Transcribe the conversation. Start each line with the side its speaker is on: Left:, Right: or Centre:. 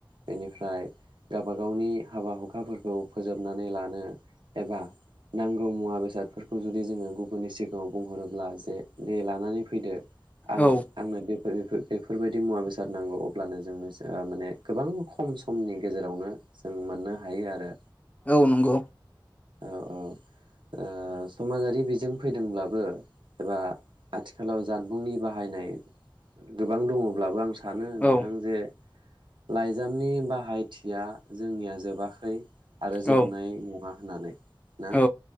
Right: बेनिफ्राय गबा गावनि हाबा हुखाफोरखौ फोजोबनानै लानो एबा नांगौ मुवा बेसादफोरखौ जुदि जोङो गुबुननि सिगाङाव बुंहरोब्ला जे दे लानानै फैदो आं
Left: औ
Right: आंनो बे फोर बेफोर बेफोरबायदि मुवा बेसा द रनांगौ अब्लानो जोंनो माने गोबां खम समनि गेजेरावनो जों मोननो हायो आरो।
Left: औ नंगौ।
Right: औ औ। ओ समाजारि बिजों फैदोंब्लाबो एबा आथिखालाव जानबुंनि बाहायनाय गोबां दङब्लाबो आं सानो नोंथां
Left: औ
Right: जे लाइजामनि बाहायथिया जोंनिया जोबाखै आरो जोबनाय
Left: औ
Right: नङा होननानै ना।
Left: औ